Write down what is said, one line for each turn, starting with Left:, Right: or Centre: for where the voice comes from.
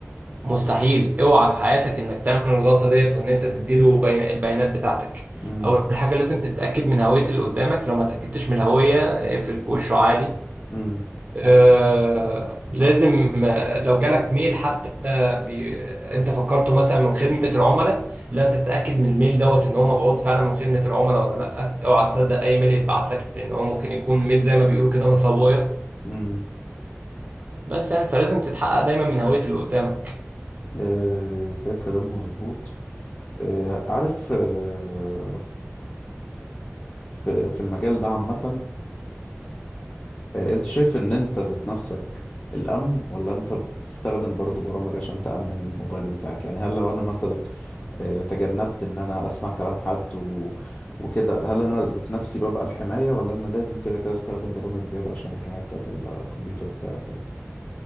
Right: مستحيل اوعى في حياتك انك تعمل الغلطه ديت وان انت تديله بي- البيانات بتاعتك
Left: مم.
Right: اول حاجه لازم تتاكد من هويه اللي قدامك لو ما تاكدتش من الهويه اقفل في وشه عادي
Left: مم.
Right: آه لازم آه، لو جالك ميل حتى بي... انت فكرته مثلا من خدمه العملاء لا انت تتاكد من الميل دوت ان هو مبعوث فعلا من خدمه العملاء ولا لا اوعى تصدق اي ميل يتبعت لك لان هو ممكن يكون ميل زي ما بيقولوا كده نصابويه
Left: مم.
Right: بس يعني فلازم تتحقق دايما من هويه اللي قدامك
Left: آه، ده كلام مظبوط آه، عارف آه، في في المجال ده عامة آه، انت شايف ان انت ذات نفسك الأمن ولا انت بتستخدم برضو برامج عشان تأمن الموبايل بتاعك يعني هل لو انا مثلا آه، تجنبت ان انا اسمع كلام حد و... وكده هل انا ذات نفسي ببقى الحماية ولا انا لازم كده كده استخدم برامج زيادة عشان الحماية بتاعت الكمبيوتر بتاعي وكده؟